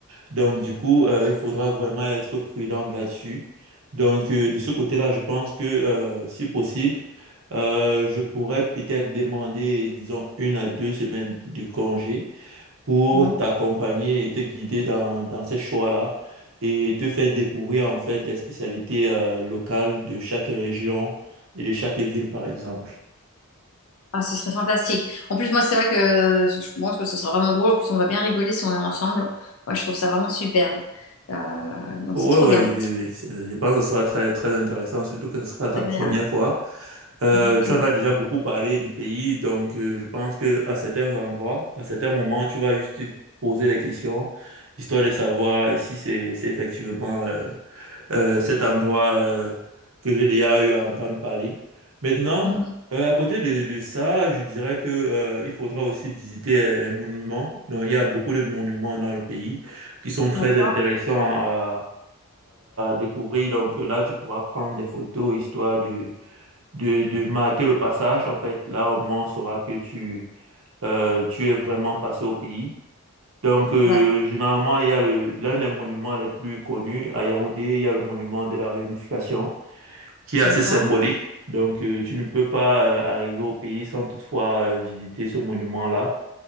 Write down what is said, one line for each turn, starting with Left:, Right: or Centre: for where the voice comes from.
Right: Donc, du coup, euh, il faudra vraiment être prudent là-dessus. Donc, euh, de ce côté-là, je pense que, euh, si possible, euh, je pourrais peut-être demander, disons, une à deux semaines de congé pour
Left: mon...
Right: t'accompagner et te guider dans, dans ces choix-là et te faire découvrir, en fait, des spécialités euh, locales de chaque région et de chaque ville, par exemple.
Left: Ah, ce serait fantastique. En plus, moi, c'est vrai que je pense que ce sera vraiment drôle. En plus, on va bien rigoler si on est ensemble. Moi, je trouve ça vraiment superbe. Euh, donc,
Right: Ouais,
Left: c'est trop
Right: ouais,
Left: bien.
Right: je, je- je pense que ce sera très, très intéressant, surtout que ce sera ta
Left: C'est agréable.
Right: première fois. Euh,
Left: Exactement.
Right: tu en as déjà beaucoup parlé du pays, donc euh, je pense que à certains endroits, à certains moments, tu vas juste te poser des questions, histoire de savoir si c'est c'est effectivement euh, euh, cet endroit euh, que j'ai déjà eu à entendre parler. Maintenant,
Left: Mhm.
Right: euh, à côté de, de ça, je dirais que euh, il faudra aussi visiter euh, les monuments. Donc, il y a beaucoup de monuments dans le pays qui sont très
Left: D'accord,
Right: intéressants à découvrir. Donc là, tu pourras prendre des photos histoire de, de, de marquer le passage. En fait, là, au moins, on saura que tu, euh, tu es vraiment passé au pays. Donc, euh,
Left: d'accord,
Right: généralement, il y a le, l'un des monuments les plus connus à Yaoundé, il y a le monument de la Réunification, qui est assez
Left: d'accord.
Right: symbolique. Donc, euh, tu ne peux pas euh, arriver au pays sans toutefois euh, visiter ce monument-là.